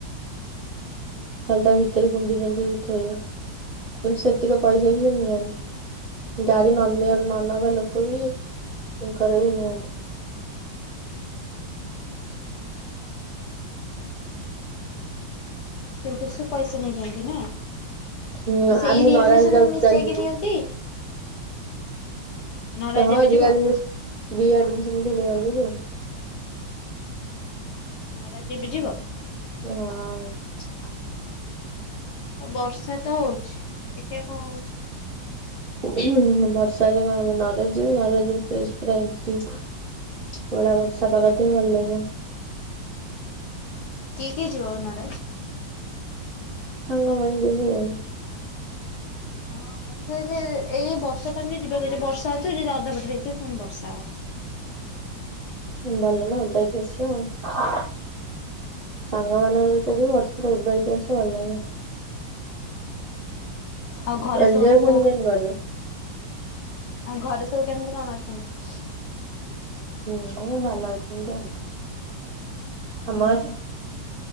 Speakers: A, on the right; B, on the left.
A: ଖାଲି ତା ଭିତରେ ଗୁଞ୍ଜି ଗାଞ୍ଜି ହେଇକି ଥୋଇବା କିନ୍ତୁ ସେତିକ ପଇସା ବି ସେ ନିଅନ୍ତି। ଗାଡି ନନିଅ ନ ନେବା ଲୋକ ବି ଘରେ ବି ନିଅନ୍ତି।
B: ଓହୋ ସେଇଥିରେ ସେ ପଇସା ନେଇଯାନ୍ତି ନା।
A: ହୁଁ
B: ସେଇ
A: ଆଉ ମୁଁ
B: ରିଆଡମିସନ
A: ନରାଜ ଯାଉଛି
B: ମିସେଇକି
A: ଚାଲ ଯିବୁ
B: ନିଅନ୍ତି। ନରାଜ
A: ହଁ
B: ଏବେ ଯିବ
A: ରିଆଡମିସ ରିଆଡମିସନ୍ ବି ନିଅନ୍ତି ଯେ।
B: ନରାଜ ଏବେ ଯିବ <unintelligible>
A: <inaudible>
B: ବର୍ଷା ତ ହଉଛି ଦେଖିଆ କଣ ହଉଛି।
A: ବର୍ଷା ହେଲେ କଣ ହବ ନରାଜ ଯିବୁ ନରାଜ ରୁ ଫେସ୍ ପୁରା ଏମିତି ପଳା ବର୍ଷା ପାାଗ ଥିବ ଭଲ ଲାଗିବ।
B: କିଏ କିଏ ଯିବ ନରାଜ?
A: ସାଙ୍ଗମାନେ ଜିବୁ ଆଉ।
B: ହଁ ସେଇ ଏଇ ଏଇ ବର୍ଷା ଟାଇମ ରେ ଯିବା କଥା ନୁହେଁ ବର୍ଷା ହଉଥିବ ଯିଏ ଅଧା ବାଟରେ ହେଇଥିବ ପୁଣି ବର୍ଷା ହବ।
A: ଭଲ ନା ଆଉ ଓଦା ହେଇକି ଆସିବା ଆଉ। ସାଙ୍ଗ ମାନଙ୍କ ସହିତ ଯିବୁ ବର୍ଷାରେ ଓଦାହେଇକି ଆସିବୁ ଭଲ ଲଗିବ।
B: ଆଉ ଘରେ
A: ଏଞ୍ଜୟ
B: ସବୁ
A: ପୁଣି କେମିତି କରିବୁ।
B: ଆଉ ଘରେ ସବୁ କେମିତି କଣ ଅଛନ୍ତି?
A: ହୁଁ ହୁଁ ଭଲ ଅଛନ୍ତି ଆଉ। ତମ
B: ଉଁ
A: ଘରେ।
B: ହୁଁ।